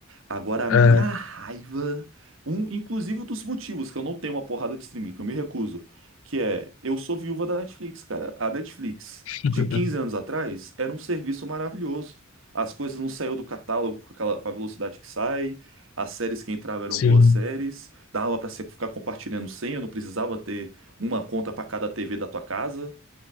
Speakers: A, on the right (about 65°); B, on the left (about 75°).
A: Agora, a
B: É,
A: minha raiva, um, inclusive um dos motivos que eu não tenho uma porrada de streaming, que eu me recuso, que é, eu sou viúva da Netflix, cara. A Netflix,
B: <laughs>
A: de 15 anos atrás, era um serviço maravilhoso. As coisas não saíam do catálogo com aquela, com a velocidade que sai, as séries que entravam eram
B: sim.
A: boas séries, dava pra você ficar compartilhando senha, não precisava ter uma conta pra cada TV da tua casa.